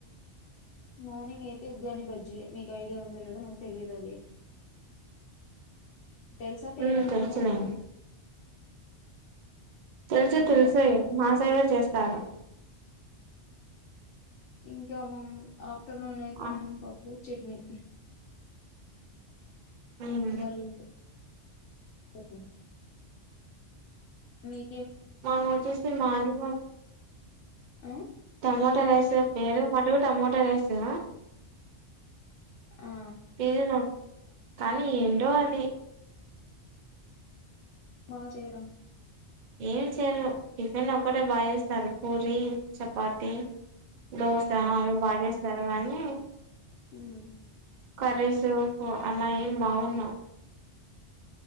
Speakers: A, on the left (about 85°); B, on the right (about 55°).
A: మార్నింగ్ అయితే ఉగ్గాని బజ్జి మీకు ఐడియా ఉందో లేదో నాకు తెలీదు అది తెలుసా పేరన్నా
B: ఉమ్ తెలుసులేండి
A: విన్నావు
B: తెలుసు తెలుసు
A: ఆకాఫట్
B: మా సైడ్ కూడా చేస్తారు
A: ఇంకా మం ఆఫ్టర్నూన్ అయితే
B: ఆ
A: ఉన్నాం పప్పు చట్నీ
B: ఉమ్
A: పలివ ఓ మీ
B: మా వచ్చస మాని మ
A: ఆ
B: టమోట రాయిస బేరు మాటకు టమట రాయిస హ
A: ఆ
B: తీసిన కానీ ఏంటో అది
A: మా చేయరా
B: ఏమి చేయరు చటిఫెన్ ఒకక్కటే బాగాేస్తారు పూరి చపాతి దోసా
A: అవునులే
B: బాగస్ తవనీ
A: మ్మ్
B: కరేస్ అలా ఏం బాగున్నావు